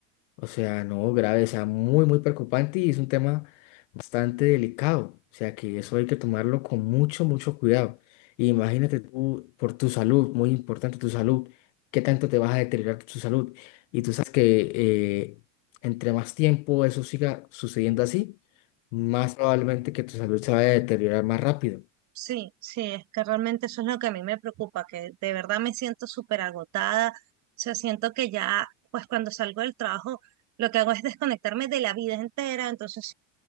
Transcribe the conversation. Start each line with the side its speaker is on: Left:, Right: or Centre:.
Left: o sea, no, grave, o sea, muy, muy preocupante y es un tema bastante delicado. O sea, que eso hay que tomarlo con mucho, mucho cuidado. Y imagínate tú, por tu salud, muy importante tu salud, qué tanto te vas a deteriorar tu salud. Y tú sabes que eh, entre más tiempo eso siga sucediendo así, más probablemente que tu salud se vaya a deteriorar más rápido.
Right: Sí, sí, es que realmente eso es lo que a mí me preocupa, que de verdad me siento súper agotada, o sea, siento que ya, pues cuando salgo del trabajo, lo que hago es desconectarme de la vida entera, entonces